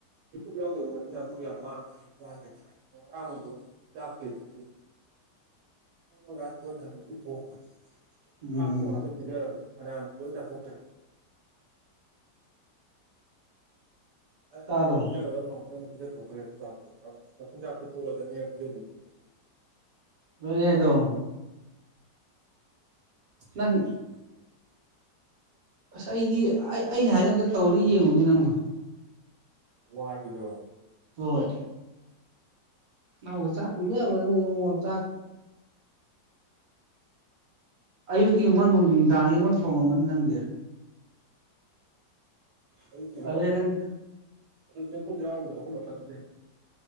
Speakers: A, on the right; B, on the right.
A: ꯌꯥꯎ ꯃ ꯇꯨꯝ ꯑꯃ ꯆ ꯔꯕꯨ ꯆꯥꯛ ꯀꯦꯖꯤ ꯉꯁꯤ ꯊ ꯊ ꯃ
B: ꯎꯝ
A: ꯑꯄꯨ ꯋꯥꯊ ꯁꯤꯤꯖ ꯈ ꯂꯣꯏ ꯆꯊꯈꯔ ꯎꯝ
B: ꯇꯥꯗ꯭ꯔꯣ
A: ꯑꯅꯤꯅ ꯄꯤꯖ ꯈꯔ ꯂꯥꯎꯗ ꯄꯤꯖꯊ ꯊꯣꯛꯈ꯭ꯔꯦꯆꯥꯛꯇꯣꯆꯤꯟꯖꯥꯛꯇ ꯇꯣꯂꯗꯅꯤ ꯌꯥꯈꯖ ꯑꯗꯨꯣꯏꯅꯦꯕ
B: ꯂꯣꯏꯔꯦ
A: ꯃꯥ
B: ꯑꯗꯣ
A: <unintelligible>
B: ꯅꯪ ꯑꯁ ꯑꯩꯗꯤ ꯑꯩ ꯑꯩꯅ ꯍꯥꯏꯕꯗ ꯇꯧꯔ ꯌꯦꯡꯉꯨꯅꯦ ꯅꯪꯕꯨ
A: ꯋꯥ ꯍꯥꯏꯒꯗ꯭ꯔꯣ
B: ꯍꯣꯏ ꯃꯥꯕꯨ ꯆꯥꯛ ꯌꯥ ꯆꯥꯛ ꯑꯌꯨꯛꯀꯤ ꯑꯃꯨꯛ ꯅꯨꯡꯗꯥꯡꯒꯤ ꯑꯃꯨꯛ ꯊꯣꯡꯉꯝꯃꯅꯤ ꯅꯪꯗꯤ
A: ꯑꯣ ꯀ
B: ꯑꯗꯩ ꯅꯪ
A: ꯑꯗꯨꯗ ꯌꯥꯕꯨꯗꯈꯂꯔ